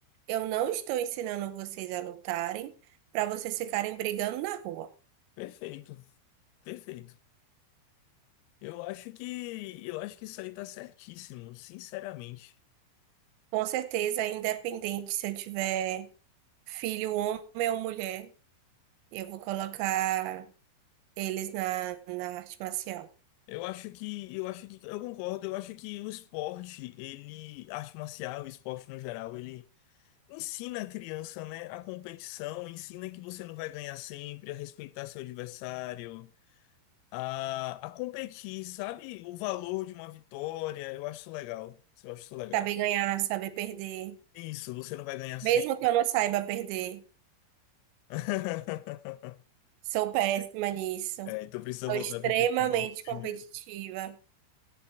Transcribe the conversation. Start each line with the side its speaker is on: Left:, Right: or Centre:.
Right: Eu não estou ensinando vocês a lutarem para vocês ficarem brigando na rua.
Left: Perfeito, perfeito. Eu acho que eu acho que isso aí tá certíssimo, sinceramente.
Right: Com certeza, independente se eu tiver filho, homem ou mulher, eu vou colocar eles na, na arte marcial.
Left: Eu acho que eu acho que eu concordo, eu acho que o esporte, ele, arte marcial, o esporte no geral, ele Ensina a criança, né, a competição, ensina que você não vai ganhar sempre, a respeitar seu adversário, a, a competir, sabe? O valor de uma vitória. Eu acho isso legal. Eu acho isso legal.
Right: Saber ganhar, saber perder.
Left: Isso, você não vai ganhar sempre.
Right: Mesmo que eu não saiba perder,
Left: <laughs>
Right: sou péssima nisso.
Left: É, então precisa
Right: Sou
Left: voltar
Right: extremamente
Left: para kickboxing
Right: competitiva.
Left: mesmo.